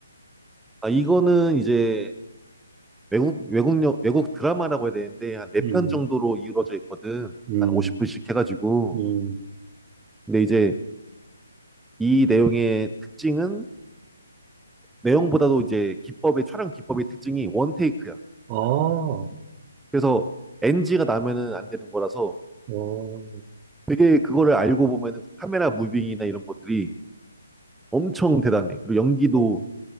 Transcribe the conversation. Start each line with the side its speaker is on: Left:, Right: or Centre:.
Centre: 아, 이거는 이제 외국, 외국, 영- 외국 드라마라고 해야 되는데, 한 네
Right: 음,
Centre: 편 정도로 이루어져 있거든.
Right: 음,
Centre: 한 50분씩 해가지고.
Right: 음,
Centre: 근데 이제 이 내용의 특징은 내용보다도 이제 기법의 촬영 기법의 특징이 원테이크야.
Right: 아, 어,
Centre: 그래서 NG가 나면은 안 되는 거라서
Right: 어,
Centre: 되게 그거를 알고 보면은 카메라 무빙이나 이런 것들이 엄청 대단해. 그리고 연기도
Right: 어,